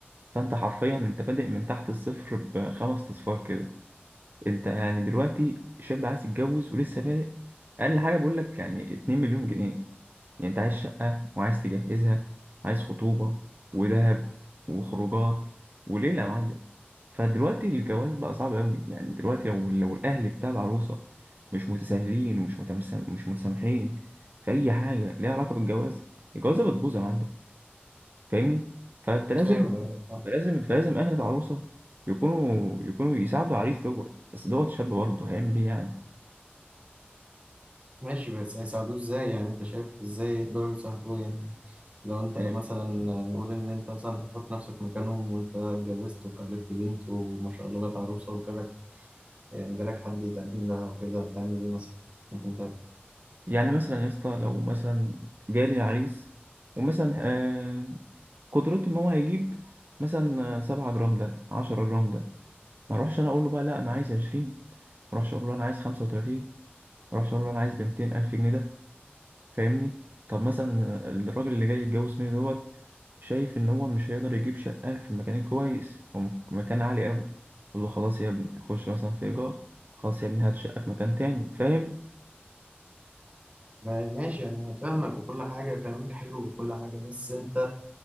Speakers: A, on the right; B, on the right.
A: فانت حرفيا انت بادئ من تحت الصفر بخمس اصفار كده انت يعني دلوقتي شاب عايز يتجوز ولسه بادئ اقل حاجه بقول لك يعني 2 مليون جنيه يعني انت عايز شقه وعايز تجهزها عايز خطوبه ودهب وخروجات وليله يا معلم فدلوقتي الجواز بقى صعب قوي يعني دلوقتي لو لو الاهل بتاع العروسه مش متساهلين ومش متمسا- مش متسامحين في اي حاجه ليها علاقه بالجواز الجوازه بتبوظ يا معلم فاهمني فانت لازم
B: ايوه أيوة، فاهم.
A: فلازم فلازم اهل العروسه يكونوا يكونوا يساعدوا العريس دوت بس دوت شاب برضه هيعمل ايه يعني
B: ماشي بس هيساعدوه إزاي يعني أنت شايف إزاي يقدروا يساعدوه يعني لو أنت
A: يعني
B: مثلا نقول إن أنت مثلا هتحط نفسك مكانهم وأنت اتجوزت وخلفت بنت وما شاء الله بقت عروسة وجالك يعني جالك حد يتقدم لها وكده هتعمل إيه مثلا؟ ممكن تعمل
A: يعني مثلا يا اسطى لو مثلا جالي عريس ومثلا آه قدرته ان هو هيجيب مثلا سبعة جرام ده عشرة جرام ده ما اروحش انا اقول له بقى لا انا عايز عشرين ما اروحش اقول له انا عايز خمسة وتلاتين ما اروحش اقول له انا عايز بمتين الف جنيه ده فاهمني طب مثلا الراجل اللي جاي يتجوز مني دوت شايف ان هو مش هيقدر يجيب شقه في المكان الكويس او م- مكان عالي قوي يقول له خلاص يا ابني خش مثلا في ايجار خلاص يا ابني هات شقه في مكان تاني فاهم
B: ما- ماشي انا فاهمك وكل حاجه كلامك حلو وكل حاجه بس انت